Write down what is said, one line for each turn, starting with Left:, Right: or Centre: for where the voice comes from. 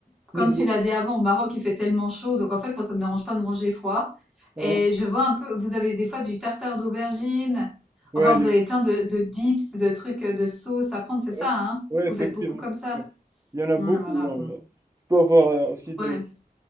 Centre: comme
Right: niveau.
Centre: tu l'as dit avant, au Maroc, il fait tellement chaud, donc en fait, moi, ça me dérange pas de manger froid.
Right: Ouais,
Centre: Et je vois un peu, vous avez des fois du tartare d'aubergine.
Right: ouais,
Centre: Enfin, vous
Right: il y
Centre: avez plein de, de dips, de trucs, euh, de sauces à prendre, c'est ça,
Right: a- ouais,
Centre: hein?
Right: ouais,
Centre: Vous
Right: effectivement.
Centre: faites beaucoup comme ça.
Right: Ouais. Il y en a
Centre: Ouais,
Right: beaucoup.
Centre: voilà,
Right: genre,
Centre: bon.
Right: euh, tu peux avoir euh, aussi des...
Centre: Ouais.